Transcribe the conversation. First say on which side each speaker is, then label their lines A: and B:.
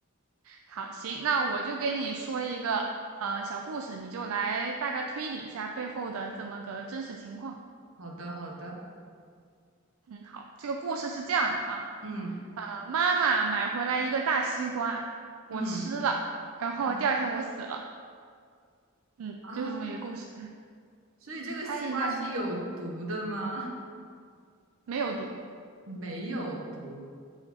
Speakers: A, on the right; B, on the right.
A: 好，行，那我就给你说一个呃小故事，你就来大概推理一下背后的这么个真实情况。
B: 好的，好的。
A: 嗯，好，这个故事是这样的啊，
B: 嗯
A: 呃，妈妈买回来一个大西瓜，我吃了，
B: 嗯
A: 然后第二天我死了。
B: 嗯
A: 嗯，
B: 啊，
A: 就是这么一个故事。
B: 所以这个西瓜是有毒的吗？
A: 猜一下呢？没有毒。
B: 没有毒。